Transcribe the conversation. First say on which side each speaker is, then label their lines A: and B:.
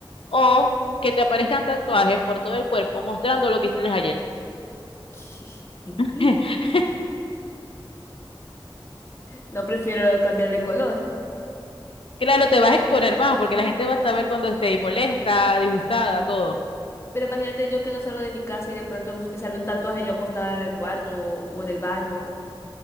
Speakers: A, on the left; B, on the left.
A: o que te aparezcan tatuajes por todo el cuerpo mostrando lo que hiciste ayer.
B: <laughs>
A: <laughs>
B: No prefiero cambiar de color.
A: Claro, te vas a exponer más porque la gente va a saber cuando estés molesta, disgustada, todo.
B: Pero imagínate yo que no salgo de mi casa y de pronto me sale un tatuaje yo acostada en el cuarto o, o en el baño.